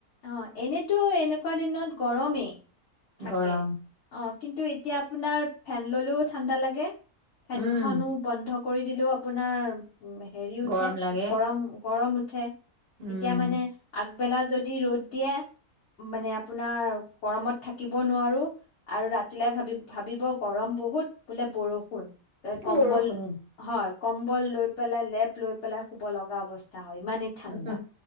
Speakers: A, on the left; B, on the right.
A: অ, এনেতো এনেকুৱা দিনত গৰমেই। থাকে,
B: গৰম
A: অ। কিন্তু এতিয়া আপোনাৰ ফেন ললেও ঠাণ্ডা লাগে। ফেনখনো
B: উম
A: বন্ধ কৰি দিলেও আপোনাৰ উম, হেৰি উঠে
B: গৰম লাগে
A: গৰম-গৰম ঠে।
B: উম
A: এতিয়া মানে আগ বেলা যদি ৰ'দ দিয়ে, মানে আপোনাৰ গৰমত থাকিব নোৱাৰো আৰু ৰাতিলে ভাবি-ভাবিব গৰম বহুত, বোলে বৰষুণ। তে কম্বল,
B: বৰষুণ
A: হয়। কম্বল লৈ পেলাই লেপ লৈ পেলাই শুব লগা অৱস্থা হয় ইমানেই ঠাণ্ডা
B: উম হু